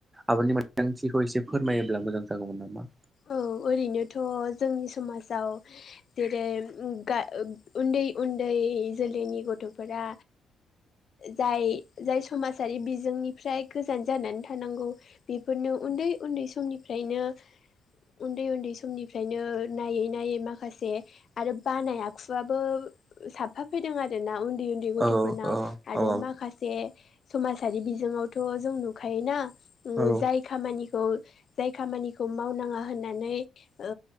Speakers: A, on the right (about 20°); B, on the left (about 55°).
A: आबनि मोनदांथिखौ एसे फोरमायोब्ला मोजां जागौमोन नामा! <inaudible>
B: औ ओरैनोथ जोंनि समाजाव जेरै उम गा उन्दै उन्दै जोलैनि गथफोरा जाय जाय समाजारि बिजोंनिफ्राय गोजान जानानै थानांगौ बेफोरनो उन्दै उन्दै समनिफ्रायनो उन्दै उन्दै समनिफ्रायनो नायै नायै माखासे आरो बानाय आखुआबो साबफा फैदों आरो ना उन्दै उन्दै गथफोरनाव
A: औ औ
B: आरो
A: औ
B: माखासे समाजारि बिजोङावथ' जों नुखायोना उम
A: औ
B: जाय खामानि खौ जाय खामानिखौ मावनाङा होननानै ओ